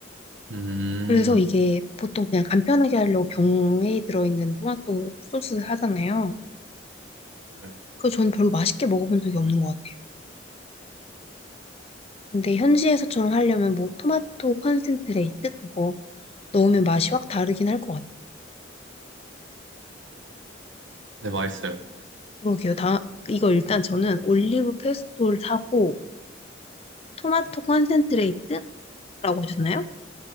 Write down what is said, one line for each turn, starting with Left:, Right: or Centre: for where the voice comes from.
Right: 음,
Left: 그래서 이게 보통 그냥 간편하게 하려고 병에 들어있는 토마토 소스 하잖아요.
Right: 네,
Left: 그래서 저는 별로 맛있게 먹어본 적이 없는 것 같아요. 근데 현지에서처럼 하려면 뭐 토마토 컨센트레이트 그거 넣으면 맛이 확 다르긴 할 것 같아요.
Right: 네, 맛있어요.
Left: 그러게요. 다, 이거 일단 저는 올리브 페스토를 사고 토마토 컨센트레이트라고 하셨나요?